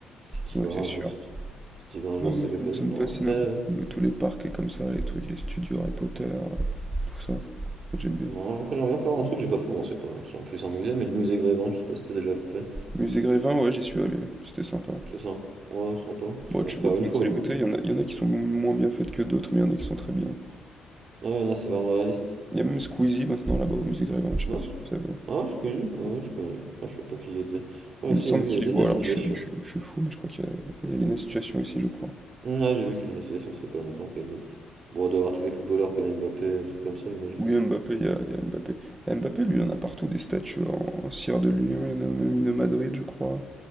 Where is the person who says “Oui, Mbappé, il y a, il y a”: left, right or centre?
Right